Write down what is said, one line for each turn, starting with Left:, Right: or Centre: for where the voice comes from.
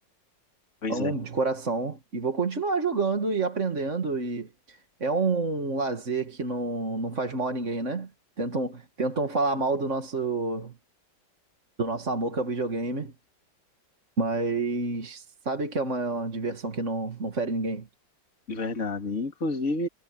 Left: Pois
Right: amo
Left: é,
Right: de coração e vou continuar jogando e aprendendo e é um lazer que não, não faz mal a ninguém, né? Tentam, tentam falar mal do nosso do nosso amor que é o videogame, mas sabe que é uma diversão que não, não fere ninguém.
Left: de verdade. Inclusive,